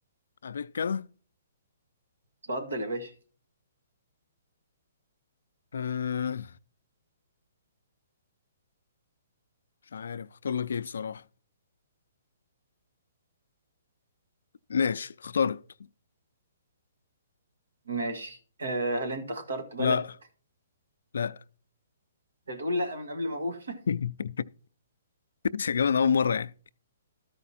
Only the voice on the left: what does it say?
ابيك كده
آه مش عارف اختار لك ايه بصراحة ماشي اخترت
لا لا
<laughs> مش هجيبها من اول مرة يعني